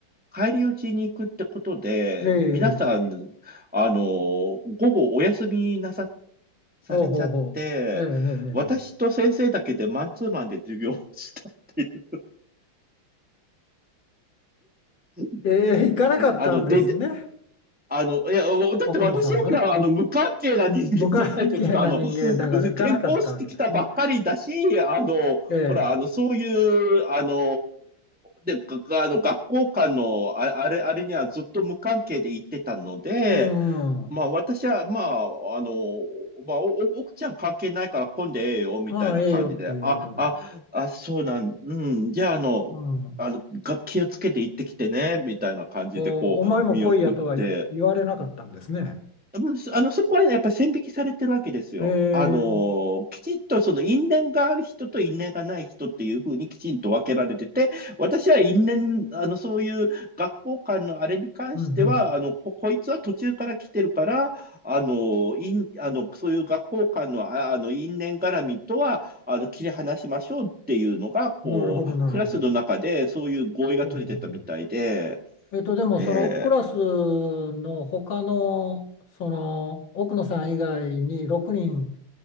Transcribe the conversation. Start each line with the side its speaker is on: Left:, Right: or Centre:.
Centre: 帰り討ちに行くってことで、
Left: ええ。
Centre: 皆さん、あのー午後お休みなさ、されちゃって、
Left: ほうほうほう。ええ。
Centre: 私と先生だけでマンツーマンで授業をしたっていう。うんえ、
Left: ええ。ええ、ええ行かなかったんですね、
Centre: あの、で、あの、いや、だって私はほら、
Left: 奥野さんはね。
Centre: あの、無関係な人間じゃないですか。
Left: 無関係な人間だから行かなかったわけですね。
Centre: あの、転校してきたばっかりだし、あの、
Left: ええ。
Centre: ほら、あの、そういう、あの、で、があの、学校間の、あ、あれ、あれにはずっと無関係で行ってたので、
Left: うん、
Centre: まあ、
Left: うん。
Centre: 私は、まあ、あの、まあ、お、お奥ちゃん関係ないから混んでええよ、みたいな感じで、
Left: ああ、ええよって言われたの。
Centre: あ、あ、あ、そうなん、うん、じゃあ、あの、
Left: うん。
Centre: あの、が気をつけて行ってきてね、みたいな感じで、
Left: お、
Centre: こう、
Left: お前も来いやとは言われなかったんですね。
Centre: 見送って、うんそあの、そこはねやっぱ線引きされてるわけですよ。
Left: ええ。
Centre: あのーきちんとその因縁がある人と因縁がない人っていうふうにきちんと分けられてて、私は因縁、あの、そういう学校間のあれに関しては、
Left: うん
Centre: あの、こ、こいつは途中から来てるから、あのー、因、あの、そういう学校間の、あ、あの、因縁絡みとは、あの、切り離しましょうっていうのが、こう、
Left: うん。なるほど、なるほど。
Centre: クラスの中でそういう合意が取れてたみたいで、
Left: ほうほうほう。えっと、でもそのクラスの他の、
Centre: ええ
Left: その奥野さん以外に6人